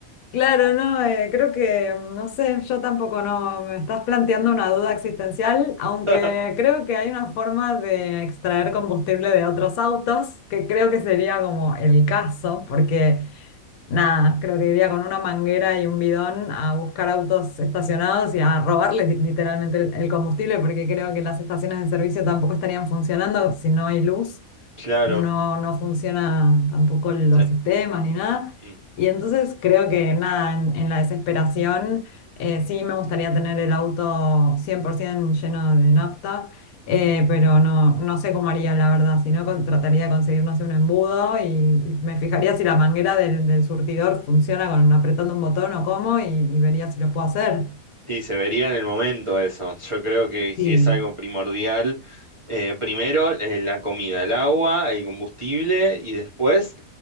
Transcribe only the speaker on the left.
Claro, no, eh, creo que, no sé, yo tampoco no, me estás planteando una duda existencial, aunque
creo que hay una forma de extraer combustible de otros autos, que creo que sería como el caso, porque Nada, creo que iría con una manguera y un bidón a buscar autos estacionados y a robarles literalmente el, el combustible, porque creo que las estaciones de servicio tampoco estarían funcionando si no hay luz
no, no funciona tampoco los
sistemas ni nada.
Y entonces creo que nada, en, en la desesperación eh, sí me gustaría tener el auto 100% lleno de nafta, eh, pero no, no sé cómo haría la verdad, si no con- trataría de conseguir, no sé, un embudo y, y me fijaría si la manguera del, del surtidor funciona con apretando un botón o cómo y, y vería si lo puedo hacer.
Sí.